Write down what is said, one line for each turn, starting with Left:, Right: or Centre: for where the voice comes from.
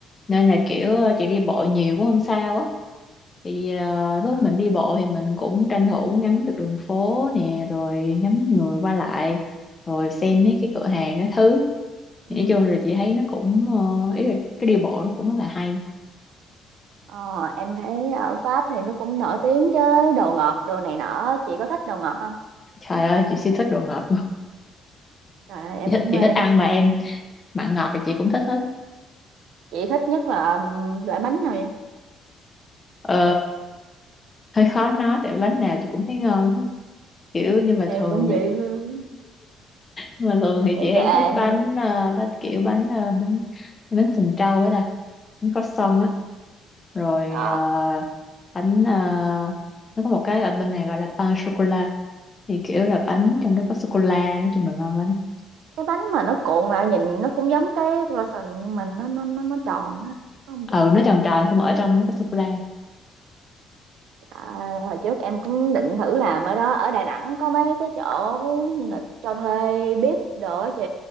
Left: nên là kiểu ờ, chị đi bộ nhiều cũng không sao á thì ờ, lúc
Right: Ờ,
Left: mình đi bộ thì mình cũng tranh thủ ngắm được đường phố nè rồi ngắm người qua lại rồi xem mấy cái cửa hàng cái thứ Thì
Right: ừ.
Left: nói chung là chị thấy nó cũng ờ, ý là cái đi bộ nó cũng rất là hay
Right: Ờ, em thấy ở Pháp thì nó cũng nổi tiếng với đồ ngọt đồ này nọ chị có thích đồ ngọt không?
Left: trời ơi chị siêu thích đồ ngọt luôn <laughs>
Right: Trời ơi, em
Left: chị thích
Right: cũng
Left: chị
Right: mê
Left: thích ăn
Right: nữa.
Left: mà em mặn ngọt thì chị cũng thích hết
Right: Chị thích nhất là ừm, loại bánh nào vậy?
Left: Ờ, hơi khó nói tại bánh nào chị cũng thấy ngon hết kiểu nhưng mà
Right: Em
Left: thường
Right: cũng vậy
Left: thì
Right: <laughs> luôn.
Left: nhưng mà thường thì
Right: Thì
Left: chị hay
Right: cái em
Left: thích bánh ờ, bánh kiểu bánh ờ, bánh bánh sừng trâu á ta bánh croissant á rồi
Right: ờ,
Left: ờ, bánh ờ, nó có một cái ở bên này gọi là pain sô cô la thì kiểu là bánh trong đó có sô cô la nói chung là ngon lắm
Right: cái bánh mà nó cuộn lại nhìn nó cũng giống cái croissant nhưng mà nó nó nó nó tròn á. Phải Không
Left: ừ nó tròn tròn xong rồi ở trong nó có sô cô la
Right: À, hồi trước em cũng định thử làm ở đó ở Đà Nẵng có mấy cái chỗ như là cho thuê bếp đồ á chị